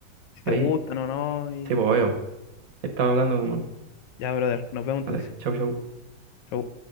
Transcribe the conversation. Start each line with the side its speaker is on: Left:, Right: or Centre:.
Left: si
Right: Ahí,
Left: te gustan o no, y
Right: sí, pues, veo. Estaba hablando, mamá.
Left: ya, brother, nos vemos entonces.
Right: Vale, chau, chau.
Left: Chau.